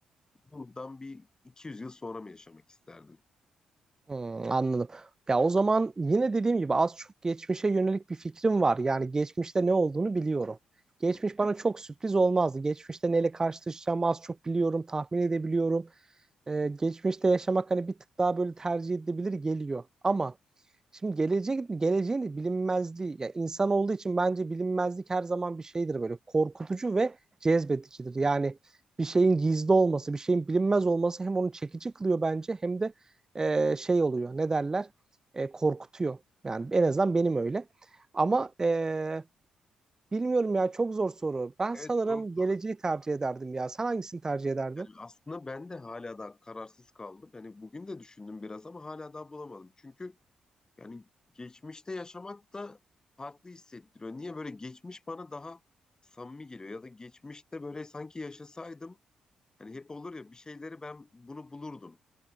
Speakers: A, on the left; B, on the right.
A: Bundan bir 200 yıl sonra mı yaşamak isterdin?
B: hmm, anladım. Ya o zaman yine dediğim gibi az çok geçmişe yönelik bir fikrim var. Yani geçmişte ne olduğunu biliyorum. Geçmiş
A: Hı hı.
B: bana çok sürpriz olmazdı. Geçmişte neyle karşılaşacağımı az çok biliyorum, tahmin edebiliyorum. Ee, geçmişte yaşamak hani bir tık daha böyle tercih edilebilir geliyor. Ama Şimdi gelecek geleceğin de bilinmezliği ya insan olduğu için bence bilinmezlik her zaman bir şeydir böyle korkutucu ve cezbedicidir. Yani bir şeyin gizli olması, bir şeyin bilinmez olması hem onu çekici kılıyor bence hem de e, şey oluyor. Ne derler? E, korkutuyor. Yani en azından benim öyle. Ama e, bilmiyorum ya çok zor soru. Ben
A: Evet
B: sanırım
A: zor soru.
B: geleceği tercih ederdim ya. Sen hangisini tercih ederdin?
A: Yani aslında ben de hala daha kararsız kaldım. Yani bugün de düşündüm biraz ama hala daha bulamadım. Çünkü yani geçmişte yaşamak da farklı hissettiriyor. Niye böyle geçmiş bana daha samimi geliyor ya da geçmişte böyle sanki yaşasaydım hani hep olur ya bir şeyleri ben bunu bulurdum.